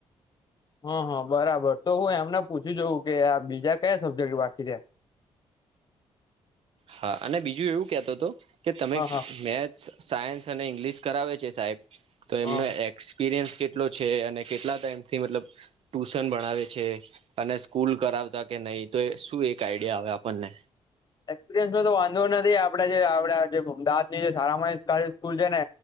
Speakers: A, on the left; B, on the right.
A: હા હા બરાબર તો હું એમને પૂછું જઉ કે આ બીજા કયા સબ્જેક્ટ બાકી રહ્યા.
B: હા અને બીજું એવું કેતો હતો કે તમે
A: હા હા
B: મેચ. સાયન્સ અને ઇંગ્લિશ કરાવે છે સાહેબ તો એમનો
A: હા હા
B: એક્સપિરિયન્સ. કેટલો છે અને કેટલા ટાઈમથી મતલબ ટ્યુશન ભણાવે છે. અને સ્કૂલ કરાવતા કે નહી તો શું એક આઈડિયા આવે આપણને.
A: એક્સપિરિયન્સ નો તો વાંધો નથી આપડે જે આપ જે અમદાવાદ જે સારામા સ્કૂલ છે ને